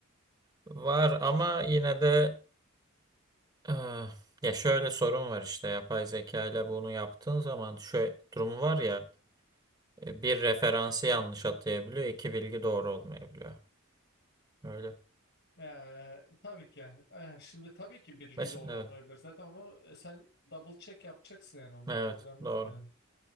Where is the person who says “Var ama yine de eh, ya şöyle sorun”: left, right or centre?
Right